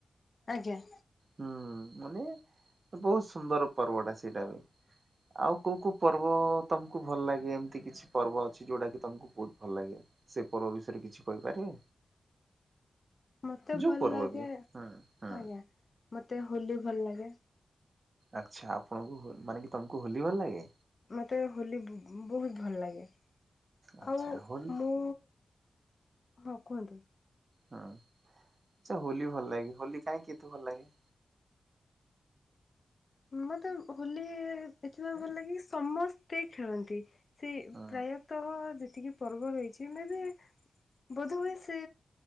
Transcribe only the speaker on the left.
ଆଜ୍ଞା।
ମତେ
ଭଲ
ଲାଗେ,
ଆଜ୍ଞା। ମତେ ହୋଲି ଭଲ ଲାଗେ
ମତେ ହୋଲି ବୁ-ବୁ-ବହୁତ ଭଲ ଲାଗେ।
ଖାଉ
ମୁଁ, ହଁ କୁହନ୍ତୁ।
ମତେ ହୋଲି ଇ ଦେଖିବାକୁ ଲାଗେ କି, ସମସ୍ତେ ଖେଳନ୍ତି। ସେଇ
ପ୍ରାୟତଃ ଯେତିକି ପର୍ବ ରହିଛି, ମେ ବି ବୋଧ ହୁଏ ସେ